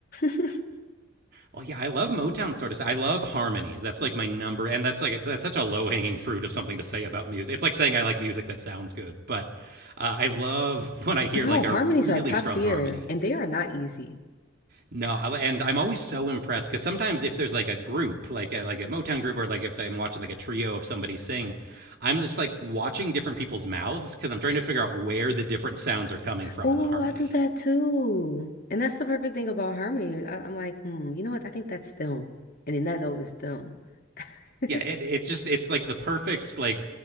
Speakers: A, on the left; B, on the right.
A: <laughs>
B: Well, yeah, I love Motown sort of. I love harmonies. That's like my number, and that's like that's such a low hanging fruit of something to say about music. It's like saying I like music that sounds good, but uh, I love <laughs> when I hear
A: But no,
B: like
A: harmonies
B: a really
A: are top
B: strong
A: tier
B: harmony.
A: and they are not easy.
B: No, I, and I'm always so impressed because sometimes if there's like a group, like a, like a Motown group, or like if I'm watching like a trio of somebody sing, I'm just like watching different people's mouths because I'm trying to figure out where the different sounds are coming from
A: Oh,
B: in the harmony.
A: I do that too. And that's the perfect thing about harmony. I, I'm like, hmm, you know what? I think that's them. And in that note, it's them.
B: yeah
A: <laughs>
B: it, it's just it's like the perfect like